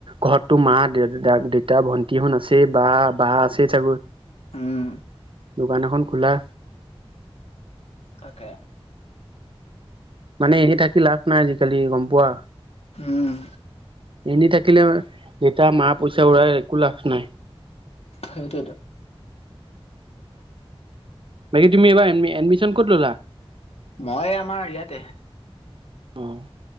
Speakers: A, on the right; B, on the left.
A: ঘৰতটো মাঁ, দেউতা, ভন্টিহোন আছে বা বা আছে চাগৈ?
B: উম
A: দোকান এখন খোলা?
B: তাকে
A: মানে এনে থাকি লাভ নাই আজিকালি গম পোৱা?
B: উম
A: এনে থাকিলে যেতিয়া মা পইচা উৰাই একো লাভ নাই।
B: সেইটোৱেতো।
A: বাকী তুমি এবাৰ এডমিশন ক'ত ল'লা?
B: মই আমাৰ ইয়াতে
A: অহ,